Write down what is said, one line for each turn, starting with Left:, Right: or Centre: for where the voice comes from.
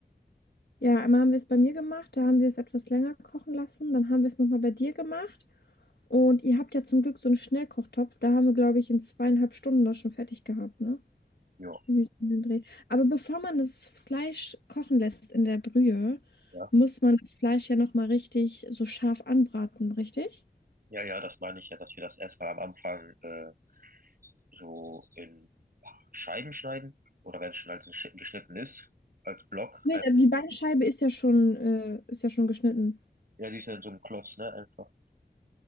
Left: Ja, einmal haben wir es bei mir gemacht, da haben wir es etwas länger kochen lassen. Dann haben wir es nochmal bei dir gemacht. Und ihr habt ja zum Glück so einen Schnellkochtopf. Da haben wir, glaube ich, in zweieinhalb Stunden das schon fertig gehabt, ne?
Right: Ja,
Left: Irgendwie so um den Dreh. Aber bevor man das Fleisch kochen lässt in der Brühe,
Right: ja.
Left: muss man das Fleisch ja nochmal richtig so scharf anbraten, richtig?
Right: Ja, ja, das meine ich ja, dass wir das erstmal am Anfang äh, so in Scheiben schneiden. Oder wenn es schon halt gesch- geschnitten ist, als Block.
Left: Nee,
Right: Ein-
Left: die Beinscheibe ist ja schon, äh, ist ja schon geschnitten.
Right: Ja, die ist ja in so einem Klotz, ne? Einfach.